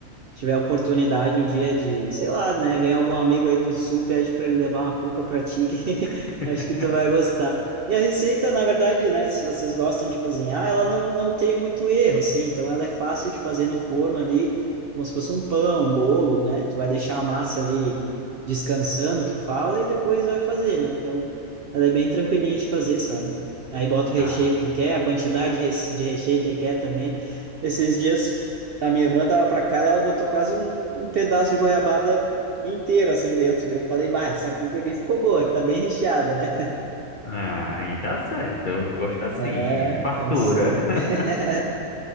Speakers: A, on the right; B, on the left.
A: tiver a oportunidade um dia de, sei lá, né, vem algum amigo aí pro sul, pede para ele levar uma cuca para ti, que <laughs>
B: <laughs>
A: acho que tu vai gostar. E a receita, na verdade, né, se vocês gostam de cozinhar, ela não, não tem muito erro, assim, então ela é fácil de fazer no forno ali, como se fosse um pão, um bolo, né, tu vai deixar a massa ali descansando, que fala, e depois vai fazer, né, então ela é bem tranquilinha de fazer, sabe? Aí bota o
B: Ah.
A: recheio que quer, a quantidade de reche- de recheio que quer também. Esses dias a minha irmã tava pra cá, daí ela botou quase um, um pedaço de goiabada inteiro assim dentro. Daí eu falei, bah, essa cuca aqui ficou boa, tá bem recheada, né?
B: Ah, aí tá certo. Eu gosto assim,
A: É,
B: é fartura.
A: tem que ser.
B: <laughs>
A: <laughs>